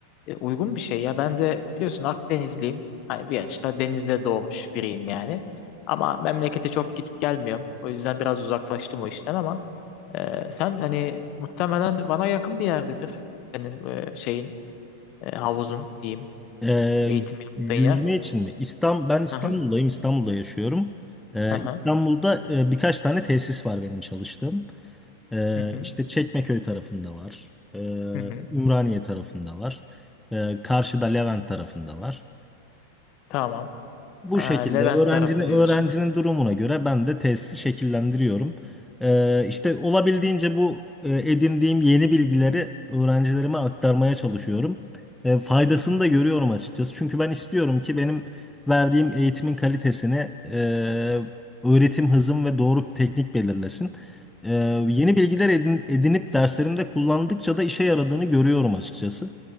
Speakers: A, on the left; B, in the centre.
A: e, uygun bir şey ya. Ben de biliyorsun Akdenizliyim. Hani bir açıda denizde doğmuş biriyim yani. Ama memlekete çok gidip gelmiyorum. O yüzden biraz uzaklaştım o işten ama e, sen hani muhtemelen bana yakın bir yerdedir. Senin e, şeyin e, havuzun diyeyim.
B: Ee,
A: Eğitim yaptığın
B: yüzme
A: yer.
B: için mi? İstanbul, ben İstanbul'dayım.
A: Hı hı
B: İstanbul'da yaşıyorum. Ee,
A: hı hı
B: İstanbul'da e, birkaç tane tesis var benim çalıştığım. Ee,
A: hı hı.
B: işte Çekmeköy tarafında var. Ee,
A: hı hı.
B: Ümraniye tarafında var. Ee, karşıda Levent tarafında var.
A: Tamam.
B: Bu
A: Ha,
B: şekilde
A: Levent
B: öğrencinin
A: tarafı diyorsun.
B: öğrencinin durumuna göre ben de tesisi şekillendiriyorum. Ee, işte olabildiğince bu e, edindiğim yeni bilgileri öğrencilerime aktarmaya çalışıyorum. E, faydasını da görüyorum açıkçası. Çünkü ben istiyorum ki benim verdiğim eğitimin kalitesini e, öğretim hızım ve doğru teknik belirlesin. E, yeni bilgiler edin- edinip derslerimde kullandıkça da işe yaradığını görüyorum açıkçası.